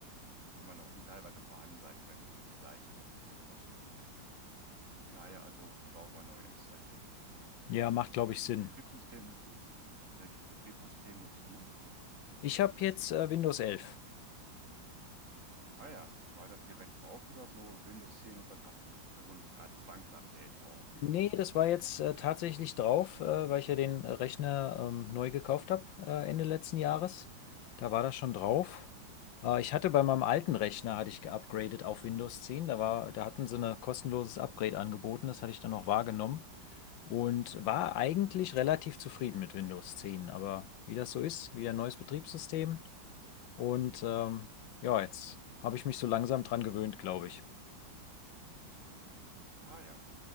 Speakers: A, on the right (about 40°); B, on the left (about 80°).
A: die immer noch in teilweise vorhanden sein könnten und die Leistung so ein bisschen drosseln. Daher also sauber neu installieren.
B: Ja, macht, glaube ich,
A: Welches
B: Sinn.
A: Betriebssystem, welches Betriebssystem nutzt du?
B: Ich habe jetzt äh, Windows 11.
A: Ah ja, war das direkt drauf oder so? Windows 10 und dann ab, dann sonst ah, Zwangsupdate auf Windows
B: Nee, das
A: 11.
B: war jetzt äh, tatsächlich drauf, äh, weil ich ja den äh, Rechner ähm, neu gekauft habe äh, Ende letzten Jahres. Da war das schon drauf. Äh, ich hatte bei meinem alten Rechner, hatte ich geupgradet auf Windows 10. Da war, da hatten sie ein kostenloses Upgrade angeboten. Das hatte ich dann noch wahrgenommen und war eigentlich relativ zufrieden mit Windows 10. Aber wie das so ist, wieder ein neues Betriebssystem. Und ähm, ja, jetzt habe ich mich so langsam dran gewöhnt, glaube ich.
A: Ah ja.